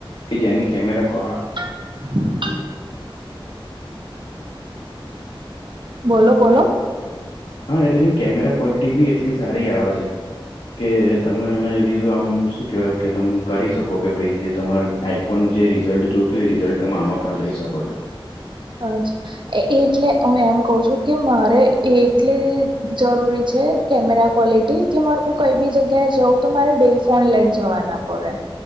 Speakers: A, on the left (about 70°); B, on the right (about 60°).
A: કે જેની કેમેરા ક્વોલિટી
B: <unintelligible> બોલો બોલો,
A: હા, એટલે એની કેમેરા ક્વોલિટી ભી એટલી સારી આવે છે. કે તમે એને એ વ્યુ આમ શું કહેવાય? કે તમે કરી શકો કે ભાઈ જે તમારે, આઈફોન જે રિઝલ્ટ જોતું હોય. એવું રિઝલ્ટ તમે આમાં પણ લઈ શકો છો.
B: અચ્છા એ એટલે હું એમ કહું છું કે મારે એટલે જરૂરી છે કેમેરા ક્વોલિટી, કે માર, હું કઇ બી જગ્યાએ જઉં તો મારે બે ફોન લઈ જવા ના પડે.